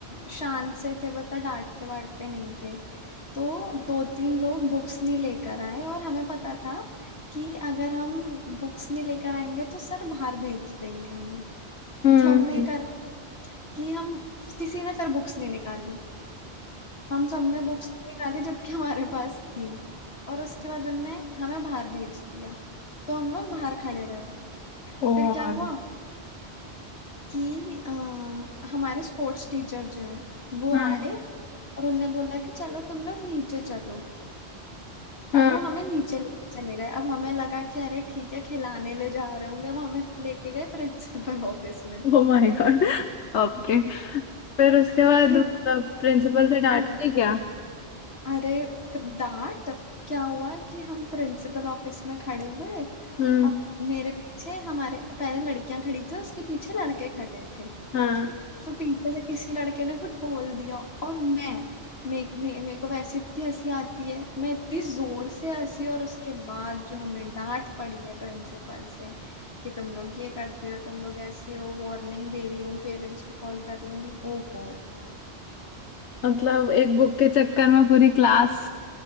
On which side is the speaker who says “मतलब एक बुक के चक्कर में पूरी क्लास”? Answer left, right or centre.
Left